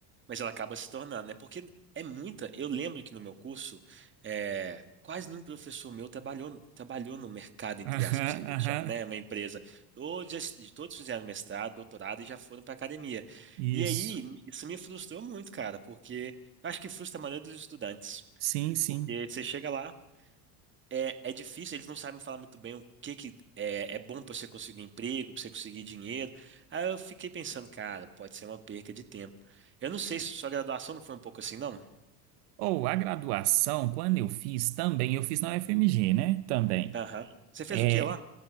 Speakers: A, on the right; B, on the right.
A: mas ela acaba se tornando, né? Porque é muita. Eu lembro que no meu curso, é, quase nenhum professor meu trabalhou, trabalhou no mercado, entre
B: Aham,
A: aspas, que a gente
B: aham.
A: chama, né? É Uma empresa. Todos, todos fizeram mestrado, doutorado e já foram para academia.
B: Isso.
A: E aí, isso me frustrou muito, cara, porque eu acho que frustra a maioria dos estudantes.
B: Sim, sim.
A: Porque você chega lá, é, é difícil, eles não sabem falar muito bem o que que é, é bom para você conseguir emprego, para você conseguir dinheiro. Aí eu fiquei pensando, cara, pode ser uma perca de tempo. Eu não sei se sua graduação não foi um pouco assim, não?
B: Ou a graduação, quando eu fiz também, eu fiz na UFMG, né? Também.
A: Aham. Você fez
B: É,
A: o que lá?